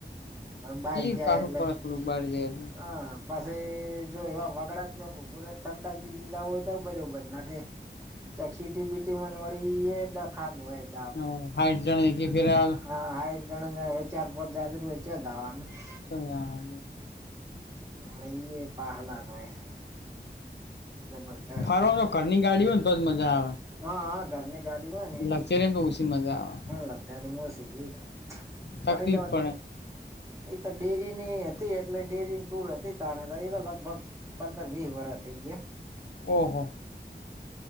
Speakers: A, on the right; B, on the left.
A: બાર
B: એ
A: જાય
B: કાઠું
A: એટલે-
B: પડે
A: -
B: થોડુંક બાર જાય.
A: હા પાછી જો એવા વાગડામ ચોકું પરતંડાજું જવું હોય તો બરાબર નાખે- - ચ સીટી બીટી વળી એ ડખા જ હોય- -
B: હ હાઈટ જણ ફેર- -
A: હા હ જણા ચાર પાંચ જ વેચે દવાનું- -
B: સવા.
A: લઈએ પ હલા જો છે જબરજસ્ત
B: ફરવા તો ઘરની ગાડી હોય ને તોજ મજા આવે.
A: હા હા ઘરની ગાડી હોય ને
B: લક્ઝરીમ તો ઓછી મજા આવે
A: લગ્ઝરી મો શિર્ડી પણ
B: તકલીફ
A: એ તો વાત
B: પડે
A: એ તો ડેરી ની હતી. હતી એટલે ડેરીની ટુર હતી તણે એ તો લગભગ પંદર વીસ વર્ષ થઇ ગયા.
B: ઓ હો